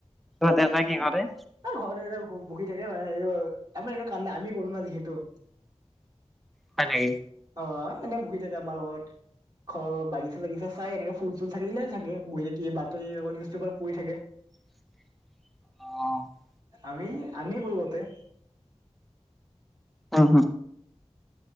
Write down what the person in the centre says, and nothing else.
তোমাৰ দেউতা কি কৰে?
হয় নেকি?
অ
আহ হ